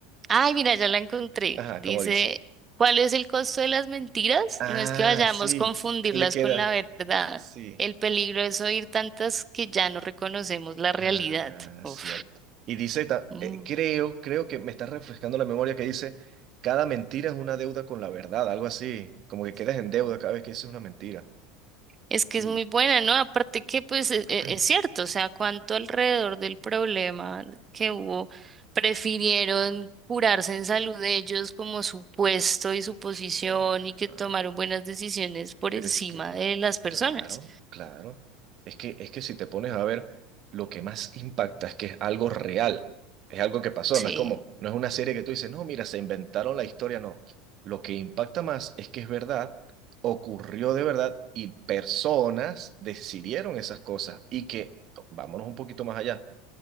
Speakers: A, on the right; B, on the right.
A: Ay, mira, ya la encontré.
B: Ajá,
A: Dice,
B: como dice.
A: ¿cuál es el costo de las mentiras?
B: Ah,
A: No es que vayamos
B: sí.
A: a confundirlas
B: Le queda.
A: con la verdad.
B: Sí.
A: El peligro es oír tantas que ya no reconocemos la realidad.
B: Ah,
A: Uf.
B: cierto. Y dice, ta-
A: Mm.
B: eh, creo, creo que me está refrescando la memoria que dice, cada mentira es una deuda con la verdad, algo así, como que quedas en deuda cada vez que dices una mentira.
A: Es que
B: Y,
A: es muy buena, ¿no? Aparte que, pues,
B: <clears throat>
A: e- e- es, cierto, o sea, cuánto alrededor del problema que hubo prefirieron curarse en salud de ellos como su puesto y su posición
B: eh,
A: y
B: ajá.
A: que tomaron buenas decisiones por
B: pero
A: encima
B: es que,
A: de las personas.
B: Claro, claro. Es que, es que si te pones a ver, lo que más impacta es que es algo real, es algo que pasó,
A: Sí,
B: no es como, no es una serie que tú dices, no, mira, se inventaron la historia, no. Lo que impacta más es que es verdad, ocurrió de verdad y personas decidieron esas cosas y que, vámonos un poquito más allá